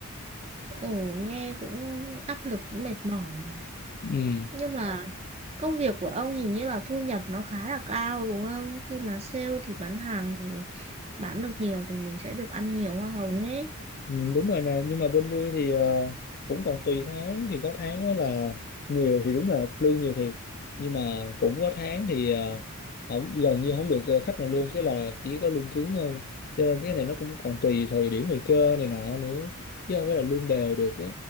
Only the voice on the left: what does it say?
ừ
Ừ, đúng rồi nè nhưng mà bên tôi thì ờ, cũng còn tùy tháng thì có tháng đó là nhiều thì đúng là lương nhiều thiệt nhưng mà cũng có tháng thì ờ, không gần như không được ờ, khách nào luôn cái là chỉ có lương cứng thôi cho nên cái này nó cũng còn tùy thời điểm thời cơ này nọ nữa chứ không phải là lương đều được á